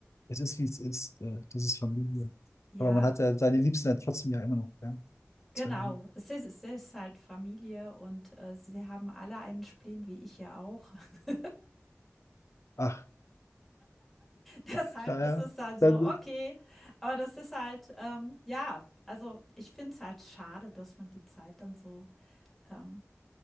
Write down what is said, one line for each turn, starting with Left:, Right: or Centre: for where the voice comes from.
Left: es ist, wie es ist, äh, das ist Familie.
Centre: Ja.
Left: Aber man hat ja seine Liebsten ja trotzdem ja immer noch gern.
Centre: Genau,
Left: Seitdem.
Centre: es ist es ist halt Familie und, äh, sie haben alle einen Spleen, wie ich ja auch. <laughs>
Left: Ach,
Centre: Deshalb
Left: naja,
Centre: ist es dann so,
Left: dann,
Centre: okay. Aber das ist halt, ähm, ja also, ich finde es halt schade, dass man die Zeit dann so, ähm,